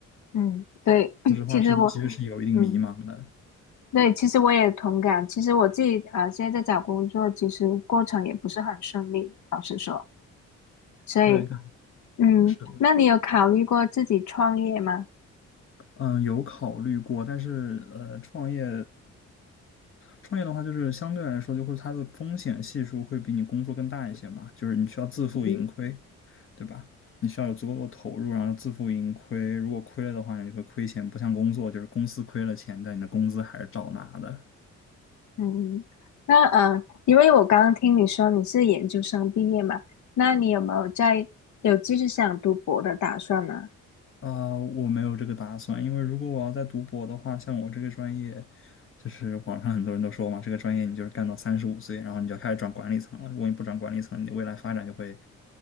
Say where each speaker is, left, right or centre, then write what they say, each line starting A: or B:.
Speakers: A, on the left; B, on the left.
A: 嗯，对，<clears throat>
B: 说实话是其实是有一定迷茫的，
A: 其实我，嗯，对，其实我也同感。其实我自己啊，现在在找工作，其实过程也不是很顺利，老实说。所以，
B: 对，
A: 嗯，
B: 是的。
A: 那你有考虑过自己创业吗？
B: 嗯，有考虑过，但是呃，创业创业的话，就是相对来说，就会它的风险系数会比你工作更大一些嘛，就是你需要自负盈亏，
A: 嗯。
B: 对吧？你需要有足够的投入，然后自负盈亏。如果亏了的话，你会亏钱，不像工作，就是公司亏了钱，但你的工资还是照拿的。
A: 嗯，那呃，因为我刚刚听你说你是研究生毕业嘛，那你有没有在有继续想读博的打算呢？
B: 啊，我没有这个打算，因为如果我要再读博的话，像我这个专业，就是网上很多人都说嘛，这个专业你就是干到三十五岁，然后你就要开始转管理层了。如果你不转管理层，你未来发展就会